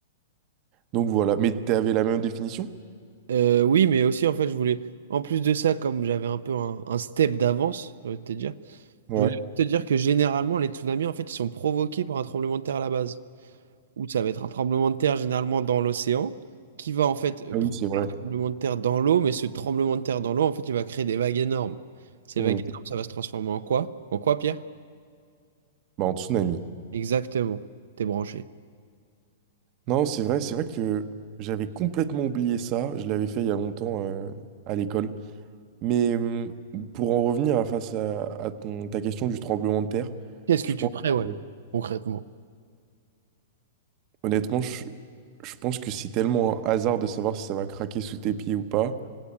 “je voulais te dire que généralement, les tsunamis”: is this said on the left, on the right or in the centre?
Right